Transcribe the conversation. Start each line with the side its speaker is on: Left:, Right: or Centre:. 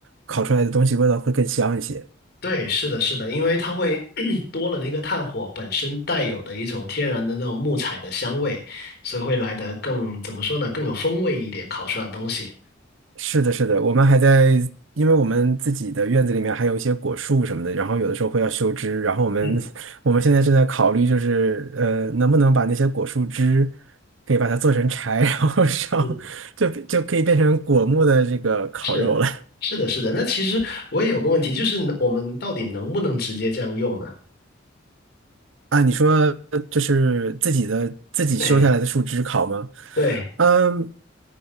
Right: 烤出来的东西味道会更香一些。
Left: 对，是的，是的，因为它会 <clears throat> 多了那个炭火本身带有的一种天然的那种木材的香味，所以会来得更，怎么说呢，更有风味一点，烤出来的东西。
Right: 是的，是的，我们还在，因为我们自己的院子里面还有一些果树什么的，然后有的时候会要修枝，然后我们
Left: 嗯。
Right: <laughs> 我们现在正在考虑，就是呃，能不能把那些果树枝可以把它做成柴，<laughs> 然后烧，
Left: 嗯，
Right: 就就可以变成果木的这个烤肉了。
Left: 是是的，是的。那其实我也有个问题，就是能我们到底能不能直接这样用呢？
Right: 啊，你说就是自己的自己修下来的树枝烤吗？
Left: 对，对，
Right: 嗯，